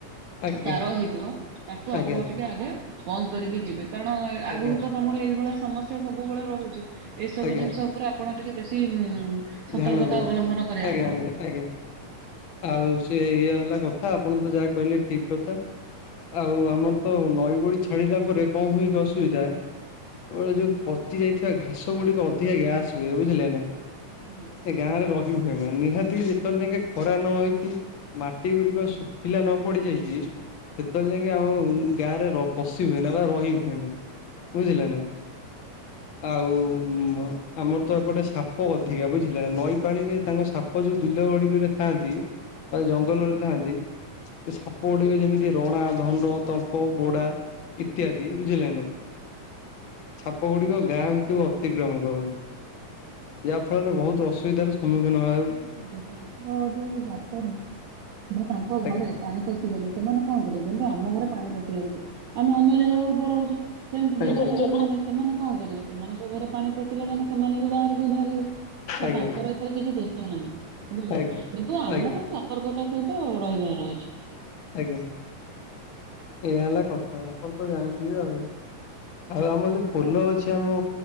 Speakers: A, on the left (about 80°); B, on the right (about 65°).
A: ଆଜ୍ଞା
B: ତାର
A: ଆଜ୍ଞା
B: ହେଇଥିବ ତାକୁ
A: ଆଜ୍ଞା
B: ଆପଣ ଟିକେ ଆଗେ ବନ୍ଦ କରିକି ଯିବେ କାରଣ ଏ ଆଗକୁ
A: ଆଜ୍ଞା
B: ତ ତମର ଏଇଭଳିଆ ସମସ୍ୟା ସବୁବେଳେ ରହୁଚି ଏଇସବୁ
A: ଆଜ୍ଞା
B: ଜିନିଷ ଉପରେ ଆପଣ ଟିକେ ବେଶି ଉ ସତର୍କତା
A: ଧ୍ୟାନ ଦେବା
B: ଅବଲମ୍ବନ କରିବା
A: ଆଜ୍ଞା
B: ଦରକାର।
A: ଆଜ୍ଞା ଆଜ୍ଞା ଆଉ ସେ ଇଏ ହେଲା କଥା ଆପଣ ତ ଯାହା କହିଲେ ଠିକ କଥା। ଆଉ ଆମର ତ ନଈ ବଢ଼ି ଛାଡିଲା ପରେ କଣ ହୁଏକି ଅସୁବିଧା ଏ ଯୋଉ ପଚି ଯାଇଥିବା ଘାସ ଗୁଡିକ ଅଧିକା ଗ୍ୟାସ ହୁଏ ବୁଝିଲେ ନା।
B: ହୁଁ।
A: ଏ ଗାଁ ରେ ରହି ହୁଏନା ନିହାତି ଯେତେବେଳେ ଜାଙ୍କେ ଖରା ନ ହେଇଚି ମାଟି ଗୁଡିକ ଶୁଖିଲା ନ ପଡି ଯାଇଚି ସେତେବେଳେ ଯାଇକି ଆମ ମ୍ ଗାଁ ରେ ର ପଶି ହୁଏନା ମାନେ ରହି ହୁଏନା। ବୁଝିଲେ ନା ଆଉ ମ ଆମର ତ ଏପଟେ ସାପ ସାପ ଅଧିକା ବୁଝିଲା ନା ନଈ ପାଣିରେ ତାଙ୍କ ସାପ ଯୋଉ ବିଲ ଗୁଡିକରେ ଥାଆନ୍ତି ଆ ଜଙ୍ଗଲରେ ଥାଆନ୍ତି ସାପ ଗୁଡିକ ଯେମିତି ରଣା ଧଣ୍ଡ ତମ୍ପ ବୋଡା ଇତ୍ୟାଦି ବୁଝିଲେ ନା ଛାପ ଗୁଡିକ ଗାଁ ଭିତକୁ ଅତିକ୍ରମ କରନ୍ତି। ଯାହା ଫଳରେ ବହୁତ ଅସୁବିଧାର ସ ସମ୍ମୁଖୀନ ଭା
B: <unintelligible> ଦେଖନ୍ତୁ ତାଙ୍କ ଯୋଉ ଗାତରେ ବା ତାଙ୍କ
A: ଆଜ୍ଞା
B: ଘରେ ପାଣି ପଶିଗଲେ ସେମାନେ କଣ କରିବେ ଯେମତି ଆମ ଘରେ ପାଣି ପଶି ଯାଉଚି ଆମେ ଅନ୍ୟ ଜାଗାକୁ ପଳଉଚେ ସେମିତି
A: ଆଜ୍ଞା
B: ଜୀବଜନ୍ତୁ ମାନେ ସେମାନେ କଣ କରିବେ ସେମାନଙ୍କ ଘରେ ପାଣି ପଶିଲେ ମାନେ ସେମାନେ ବି ବାହାରକୁ ବାହାରିବେ। ତ
A: ଆଜ୍ଞା।
B: ତାଙ୍କର ଏଥିରେ କିଛି ଦୋଷ ନାହିଁ ବୁଝିଲେ
A: ଆଜ୍ଞା
B: କିନ୍ତୁ ଆମକୁ
A: ଆଜ୍ଞା
B: ସତର୍କତା ସହିତ ରହିବାର ଅଛି।
A: ଆଜ୍ଞା ଏଇ ହେଲା କଥା ଆପଣ ତ ଜାଣିଥିବେ ଆଉ। ଆଉ ଆମର ଯୋଉ ପୋଲ ଅଛି ଆମ